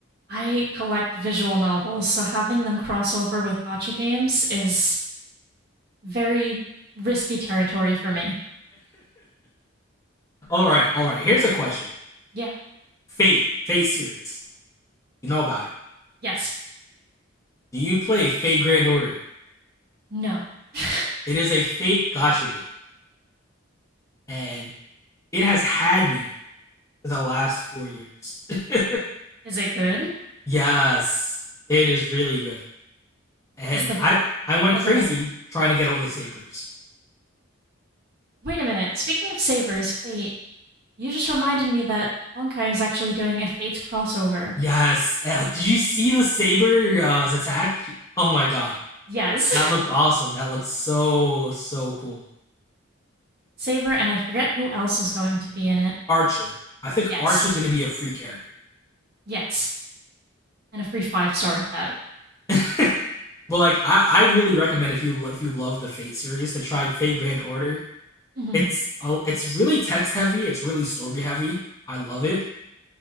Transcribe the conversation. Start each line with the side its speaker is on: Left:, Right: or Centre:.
Right: I collect visual novels, so having them cross over with gotcha games is very risky territory for me.
Left: all right, all right. Here's a question:
Right: Yeah.
Left: Fate, Fate series. You know about it.
Right: Yes.
Left: Do you play Fate Grand Order?
Right: No. <laughs>
Left: It is a Fate gotcha game, and it has had me for the last four years. <laughs>
Right: Is it good?
Left: yes, it is really good, and
Right: Is the
Left: I I went
Right: Oh,
Left: crazy
Right: go ahead.
Left: trying to get all the sabers.
Right: Wait a minute. Speaking of Saber's Fate, you just reminded me that Honkai is actually doing a Fates crossover.
Left: Yes. Oh, did you see the saber uh, attack? Oh my god.
Right: Yes.
Left: That looked awesome. That looked so so cool.
Right: <laughs> Saber, and I forget who else is going to be in it.
Left: Archer. I think
Right: Yes.
Left: Archer's gonna be a free character.
Right: Yes. And a free five star at that.
Left: <laughs> but like I, I really recommend if you if you love the Fate series to try Fate Grand Order.
Right: Mm-hmm.
Left: It's uh, it's really text heavy, it's really story heavy. I love it